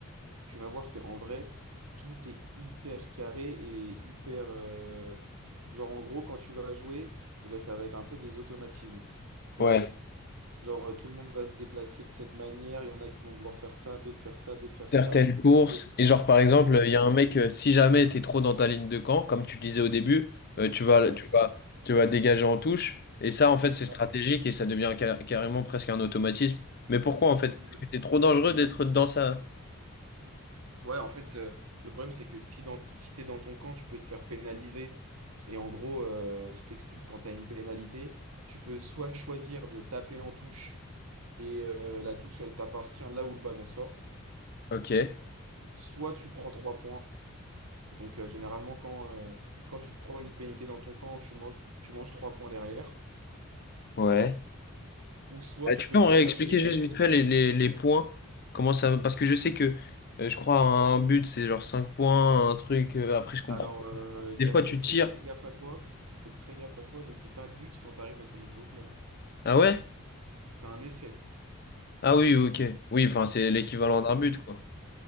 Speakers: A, on the right; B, on the left.
A: tu vas voir qu'en vrai, tout est hyper carré et hyper... euh, Genre, en gros, quand tu vas jouer, eh ben, ça va être un peu des automatismes, tu
B: Ouais.
A: vois. Genre, euh, tout le monde va se déplacer de cette manière, il y en a qui vont devoir faire ça, d'autres faire ça, d'autres faire
B: certaines
A: ça.
B: courses.
A: Et-
B: Et genre, par exemple,
A: Exactement.
B: il y a un mec, euh, si jamais t'es trop dans ta ligne de camp, comme tu disais au début, euh, tu vas,
A: Ouais,
B: tu vas, tu vas dégager en touche. Et ça, en fait, c'est
A: ouais.
B: stratégique et ça devient ca- carrément presque un automatisme. Mais pourquoi, en fait?
A: Ex-
B: Parce que c'est trop dangereux
A: Exactement.
B: d'être dans sa...
A: Ouais, en fait, euh, le problème, c'est que si, dans, si t'es dans ton camp, tu peux te faire pénaliser. Et en gros, euh, je t'explique, quand t'as une pénalité, tu peux soit choisir de taper en touche et euh, la touche, elle t'appartient là où le ballon sort,
B: Ok.
A: soit tu prends trois points. Donc, euh, généralement, quand, euh, quand tu te prends une pénalité dans ton camp, tu manges, tu manges trois points derrière.
B: Ouais.
A: Ou soit
B: Euh,
A: tu
B: Tu
A: peux
B: peux en
A: prendre
B: réexpliquer
A: la mêlée.
B: juste vite fait les, les, les points? Comment ça... Parce que je sais que, euh, je crois, un but, c'est genre 5 points, un truc... euh, après, je comprends.
A: Alors, euh, Gaston,
B: Des fois, tu
A: fais
B: tires.
A: très gaffe à toi. Fais très gaffe à toi. Ne dis pas but quand t'arrives dans ton nouveau club. hein.
B: Ah ouais?
A: C'est un essai.
B: Ah oui, ok. Oui, enfin, c'est l'équivalent
A: Ok
B: d'un but, quoi.